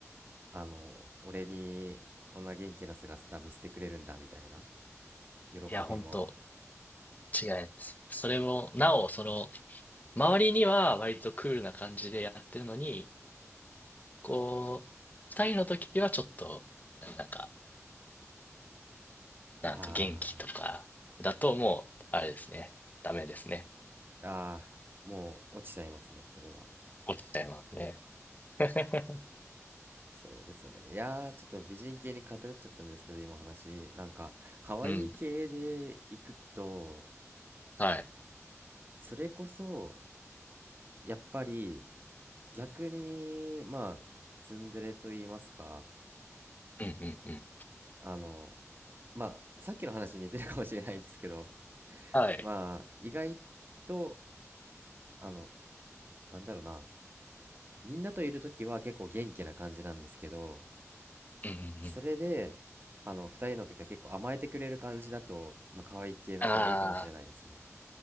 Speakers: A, on the right; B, on the left.
A: あの俺にこんな元気な姿見せてくれるんだみたいな喜びも
B: いや、本当間違いないです。それも、なお、その、周りには割とクールな感じでやってるのに、こう、二人の時はちょっと、なんか、なんか元気とか、
A: あ
B: だともう、あれですね。ダメですね。
A: ーあーもう落ちちゃいますねそれは
B: 落ちちゃいますね。<laughs>
A: そうですよねいやーちょっと美人系に偏っちゃったんですけど今話なんか可愛い系でいくと
B: うん。はい。
A: それこそやっぱり逆にまあツンデレと言いますか
B: うんうんうん。
A: あのまあさっきの話に似てるかもしれないんですけど
B: はい。
A: まあ意外とあのなんだろうなみんなといる時は結構元気な感じなんですけど、
B: うんうんうん。
A: それで、あの、二人の時は結構甘えてくれる感じだと、まあ、可愛い系の子はいいかもしれないですね。
B: ああ、